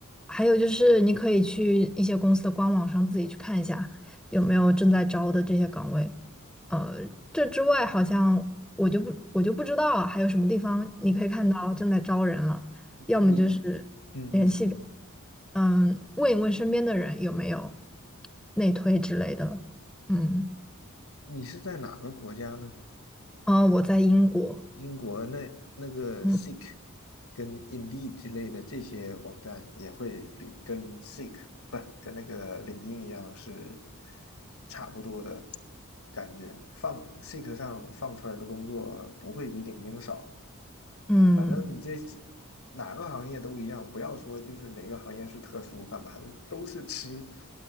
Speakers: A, in the centre; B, on the left.
A: 还有就是你可以去一些公司的官网上自己去看一下有没有正在招的这些岗位。呃，这之外好像我就不我就不知道还有什么地方你可以看到正在招人了，要么就是。
B: 你嗯嗯嗯。
A: 联系。嗯，问一问身边的人有没有内推之类的。嗯，
B: 你是在哪个国家呢？
A: 哦，我在英国，
B: 英国那那个
A: 嗯
B: Seek 跟 Indeed 之类的这些网站也会比跟 Seek 不跟那个领英一样是差不多的感觉，放 Seek 上放出来的工作不会比领英少。
A: 嗯，
B: 反正你这哪个行业都一样，不要说就是哪个行业是特殊干嘛的，都是吃，